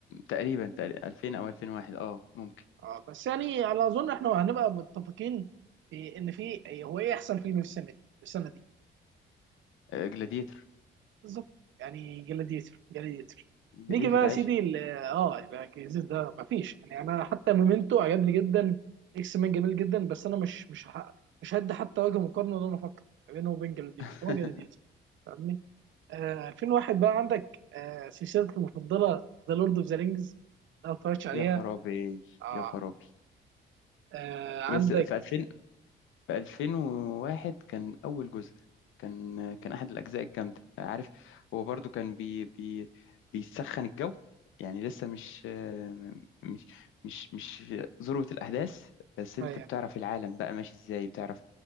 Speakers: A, on the left; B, on the right.
A: تقريبا تقريبا 2000 او 2001 اه ممكن
B: آه بس يعني على اظن احنا هنبقى متفقين في ان في هو ايه احسن فيلم في السنه دي السنه دي
A: آه جلاديتور
B: بالظبط يعني جلاديتر جلاديتر
A: جلاديتور
B: نيجي بقى
A: ده
B: يا سيدي
A: عشق
B: ال- اه لا، الجزيز ده مفيش يعني انا حتى مومنتو عجبني جدا اكس مان جميل جدا بس انا مش مش ه- مش هدي حتى وجه مقارنه ولا انا افكر ما بينه وبين جلاديتر
A: <laughs>
B: هو جلاديتر فاهمني آه 2001 بقى عندك آه سلسلتك المفضله ذا لورد اوف ذا رينجز لو ما اتفرجتش عليها
A: يا خرابي
B: اه
A: يا خرابي
B: آه، عندك
A: بس في 2000 في 2001 كان أول جزء كان كان أحد الأجزاء الجامدة عارف هو برضو كان بي بي بيسخن الجو يعني لسه مش مش مش مش ذروة الأحداث بس
B: آه،
A: أنت بتعرف العالم بقى ماشي إزاي بتعرف